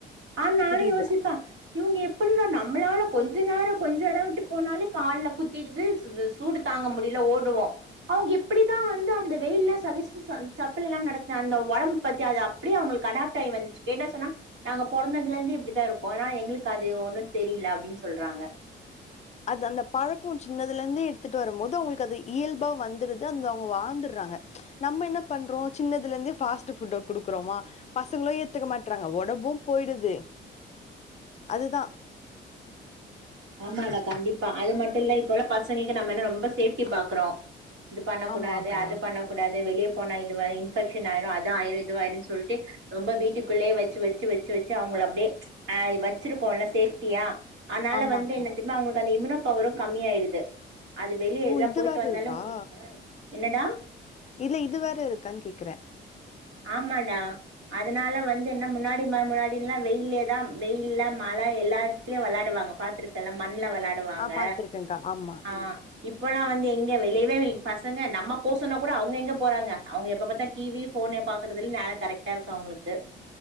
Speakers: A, on the right; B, on the left.
A: ஆன் நானூ
B: புரியுது.
A: யோசிப்பே இவுங்க எப்பிடிடா நம் மளால கொஞ்ச நேரோ கொஞ்ச எடோ விட்டு போனாலே கால்ல குத்திடுது சூடு தாங்க முடில ஓடுவோ அவுங்க எப்பிடிதா வந்து அந்த வெயில்ல சஜஷ ச சப்பலில்லாம் நடத்த அந்த ஒடம்பு பத்தி அது அப்டி அவங்கள் கு அடாப்ட் ஆயி வந்துச்சு கேட்ட சொன்னா நாங்க பொறந்ததுலேந்தே இப்டிதாருக்கோ அனா எங்களுக்கு அது ஒன்னூ தெரில அப்டின் சொல்றாங்க
B: ஆஹ அது அந்த பழக்கோ சின்னதுலேந்தே எடுத்துட்டு வரும்போது அவுங்குளுக்கு அது இயல்பா வந்துருது அந்த அவுங்க வாழ்ந்துர்றாங்க நம்ம என்ன பண்றோ சின்னதுலேந்து ஃபாஸ்ட் டு ஃபுட்ட குடுக்குறோமா பசங்களூ ஏத்துக்க மாட்றாங்க ஒடம்பூ போயிடுது அதுதா
A: ஆமாடா கண்டிப்பா அது மட்டு இல்ல இப்போ உள்ள பசங்கேக்கு நம என்ன ரொம்ப சேஃப்டி பாக்குறோ இது பண்ணக்கூடாது
B: ஆமாக்கா.
A: அது பண்ணக்கூடாத் வெ வெளியே போனா இதுவ இன்பெக்ஷன் ஆயிரூ அது ஆயிரூ இதுவாயிரூ சொல்ட்டு ரொம்ப வீட்டுக்குள்ளே வச்சு வச்சு வச்சு வச்சு அவுங்கள அப்டே ஆ வச்சிருக்கோல்ல சேஃப்டியா அத்னால
B: ஆமாக்கா.
A: வந்து என்ன தெரியுமா அவுங்களுக்கு அந்த இம்யூனோ பவரூ கம்மியாயிருது அது வெளியே
B: ஓ!
A: ஏதா
B: இது
A: போயிட்டு
B: வேற
A: வந்தாலூ
B: இருக்கா?
A: என்னடா
B: இல்ல இது வேற இருக்கான் கேக்குறே
A: ஆமாடா அதுனால வந்து என்ன முன்னாடி ம முன்னாடிலா வெயில்லேதா வெயில்ல ம ழ எல்லாடத்லயு வெளையாடுவாங்க பாத்திருக்கல மண் ண்ல வெளாடுவாங்க
B: ஆ பார்த்துருக்கேன்க்கா. ஆமா.
A: ஆ இப்பல்லா வந்து எங்க வெளியவே பசங்க நம்ம போ சொன்னா கூட அவுங்க எங்க போறாங்க அவுங்க எப்ப பாத்தா டி வி ஃபோனே பாக்றதுலே நேர கரெட்டாருக்கு அவுங்குளுக்கு